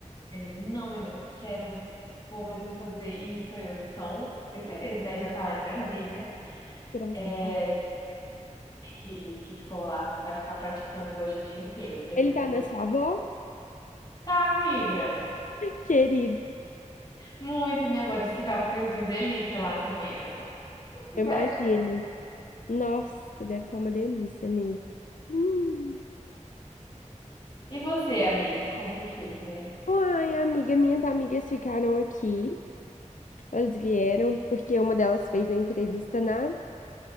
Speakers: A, on the left (about 35°); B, on the left (about 80°).
A: Ele, não, mas eu quero, mas eu vou, mas eu vou fazer isso. Eu, então, beleza, aí já tá lá em Brasília.
B: Graças
A: É,
B: a Deus.
A: e Ele disse que ficou lá, vai ficar praticando hoje o dia inteiro. Depois
B: Ele tá
A: eu vou
B: na
A: ligar.
B: sua avó?
A: Tá, amiga.
B: Querido,
A: Muito, e minha avó disse que tá um friozinho delícia lá também. Eu tô, "Ah, que
B: eu
A: inveja.
B: imagino. Nossa, deve estar uma delícia mesmo. Hum.
A: E você, amiga, conta o que por aí?
B: Uai, amiga, minhas amigas ficaram aqui. Elas vieram porque uma delas fez a entrevista na